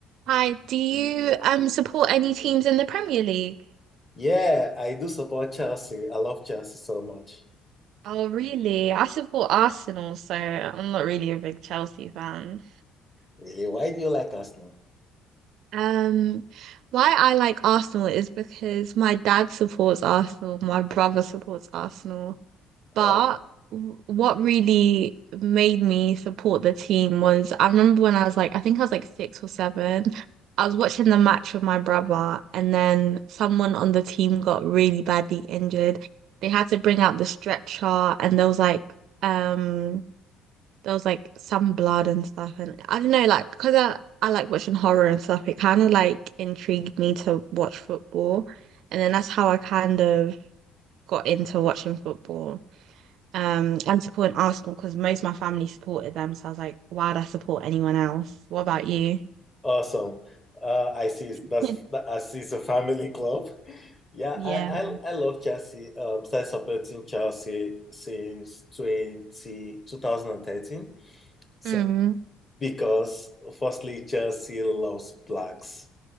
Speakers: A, on the right (about 65°); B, on the left (about 20°).
A: Hi, do you um support any teams in the Premier League?
B: Yeah, I do support Chelsea. I love Chelsea so much.
A: Oh, really? I support Arsenal, so I'm not really a big Chelsea fan.
B: Really, why do you like Arsenal?
A: Um, why I like Arsenal is because my dad supports Arsenal, my brother supports Arsenal. But
B: Uh,
A: w- what really made me support the team was I remember when I was like, I think I was like six or seven, I was watching the match with my brother, and then someone on the team got really badly injured. They had to bring out the stretcher, and there was like, um, there was like some blood and stuff and I don't know like because I, I like watching horror and stuff it kind of like intrigued me to watch football and then that's how I kind of got into watching football um and supporting Arsenal because most of my family supported them so I was like why'd I support anyone else what about you
B: awesome. Uh, I see. it's-
A: <laughs>
B: That's that- I see. It's a family club. <laughs> Yeah,
A: yeah
B: I I, I love Chelsea. Um, started supporting Chelsea since 20 2013. So
A: Mm.
B: because firstly, Chelsea loves blacks,